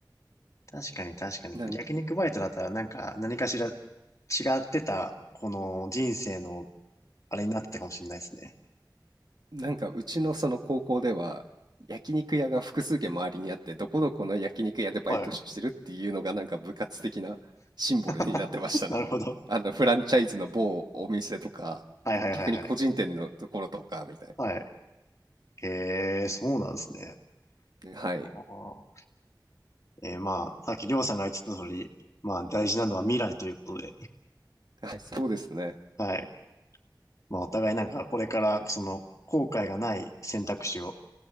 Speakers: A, on the left; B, on the right.
A: 確かに確かに。
B: なんか
A: 焼肉バイトだったらなんか何かしら違ってた、この人生のあれになってたかもしれないですね。
B: なんかうちのその高校では、焼肉屋が複数軒周りにあって、どこどこの焼肉屋でバイトしてるっていうのがなんか部活的なシンボルになってましたね。
A: はい。<laughs> なるほど。
B: あのフランチャイズの某お店とか、
A: はいはいはいはい。
B: 逆に個人店のところとかみたい
A: はい。へえ、そうなんですね。
B: な。はい。
A: あーえーまあ、さっきりょうさんが言ってた通り、まあ大事なのは未来ということで、
B: はい、そうですね。
A: <laughs> はい。まあお互いなんかこれからその後悔がない選択肢を、